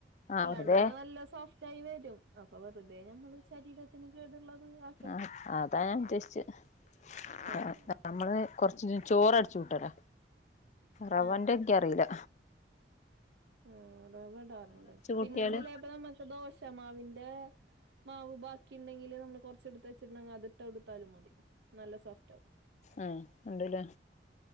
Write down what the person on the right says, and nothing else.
അല്ലാണ്ടന്നെ
നല്ല സോഫ്റ്റ് ആയി വരും അപ്പൊ വെറുതെ നമ്മള് ശരീരത്തിന് കേടുള്ളത് ആ
ആഹ്
ആഹ്
ഉം റവ ഇടാറുണ്ട്
പിന്നെ ചെലപ്പ നമ്മുക്ക് ദോശമാവിന്റെ മാവ് ബാക്കി ഇണ്ടെങ്കില് നമ്മള് കൊറച്ചെടുത്ത് വെച്ചിട്ടുണ്ടെങ്കിൽ അത്ട്ട എടുത്താലും മതി നല്ല സോഫ്റ്റ് ആകും